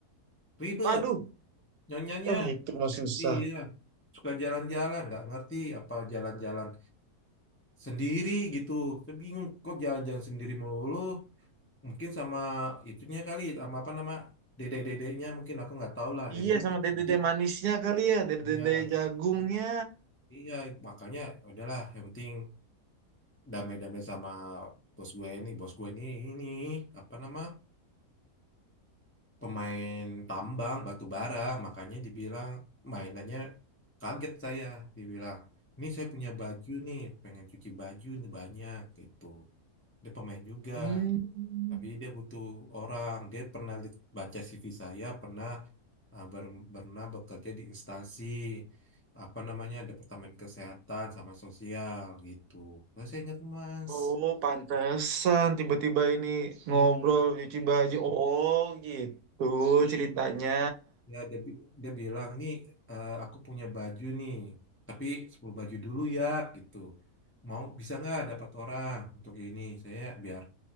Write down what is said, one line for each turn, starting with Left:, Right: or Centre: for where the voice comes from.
Left: ribet
Right: Aduh,
Left: nyonyanya
Right: Oh itu masih susah.
Left: iya suka jalan-jalan nggak ngerti apa jalan-jalan sendiri gitu. Saya bingung kok jalan-jalan sendiri melulu. Mungkin sama itunya kali, sama apa nama dedek-dedeknya mungkin aku nggak tahu lah.
Right: Iya
Left: Yang penting,
Right: sama
Left: yang
Right: dede-dede
Left: penting
Right: manisnya kali ya, dede-dede
Left: iya,
Right: jagungnya.
Left: iya makanya udahlah. Yang penting damai-damai sama bos gue ini, bos gue ini ini apa nama pemain tambang batu bara. Makanya dibilang mainannya kaget saya, dibilang ini saya punya baju nih, pengen cuci baju nih banyak gitu. Dia pemain juga.
Right: Hmm.
Left: Tapi dia butuh orang. Dia pernah li- baca CV saya, pernah uh, ber- pernah bekerja di instansi apa namanya Departemen Kesehatan sama Sosial gitu. Terus saya ingat Mas.
Right: Oh, pantesan tiba-tiba ini
Left: Iya,
Right: ngobrol cuci baju. Oh, gitu
Left: tuh.
Right: ceritanya.
Left: Ya dia, bi- dia bilang nih eh, aku punya baju nih, tapi 10 baju dulu ya gitu. Mau bisa nggak dapat orang untuk ini? Saya biar